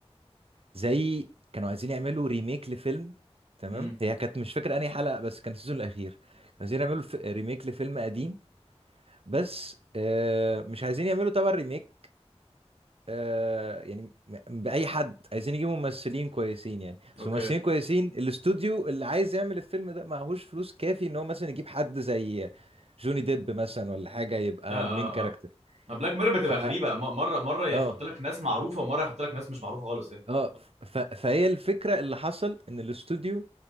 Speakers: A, on the right; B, on the right.
A: زي كانوا عايزين يعملوا ريميك لفيلم تمام
B: امم
A: هي كانت مش فاكر انهي حلقة بس كان السيزون الاخير كانوا عايزين يعملوا ف- ريميك لفيلم قديم بس آه مش عايزين يعملوا تبع الريميك آه يعني م- بأي حد عايزين يجيبوا ممثلين كويسين يعني بس
B: اوكي
A: ممثلين
B: اه
A: كويسين الاستوديو اللي عايز يعمل الفيلم ده معهوش فلوس كافي ان هو مثلا يجيب حد زي جوني ديب مثلا ولا حاجة يبقى
B: اه
A: المين كاركتر
B: اه بلاك ميرور بتبقى
A: ف
B: غريبه م- مره مره يحط
A: اه
B: لك ناس معروفه ومره يحط لك ناس مش معروفه خالص ايه
A: اه ف... فهي الفكرة اللي حصل ان الاستوديو